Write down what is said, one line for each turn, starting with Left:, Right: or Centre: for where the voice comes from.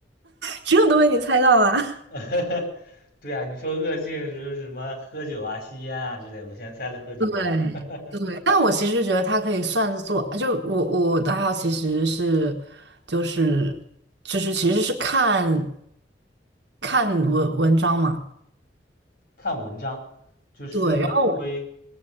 Right: 这都被你猜到了，
Left: <laughs> 对啊，你说恶性是什么喝酒啊、吸烟啊之类，我先猜了喝酒嘛。
Right: <laughs> 对对，
Left: <laughs>
Right: 但我其实觉得它可以算作，就我我的爱好其实是，就是就是其实是看看文文章嘛。
Left: 看文章，就是会
Right: 对，然后